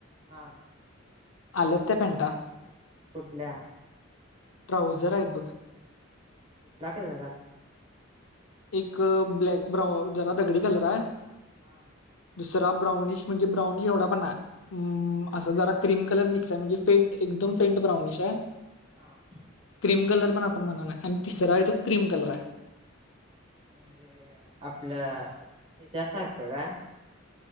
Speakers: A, on the right; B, on the left.
A: हां
B: आल्यांत त्यां पॅन्टा
A: कुंठल्या
B: ट्राऊझंर आहेतं बघं
A: लांकां जरां
B: एक ब्लॅक ब्राउन जरां दगडी कलर आहे
A: हां
B: दुसरां ब्राऊनीश म्हणजे ब्राऊनिश एवढां पणं नाहीं मं असं जरां क्रीम कलर मिक्स आहे म्हणजे फेंट एकदंम फेंट ब्राउनिश आहे
A: हां
B: क्रीम कलर पणं आपणं म्हणांना आणि तिसरान आहे तो क्रीम कलर आहे
A: म्हे आपलं त्या्ंयाच्यासारखं कां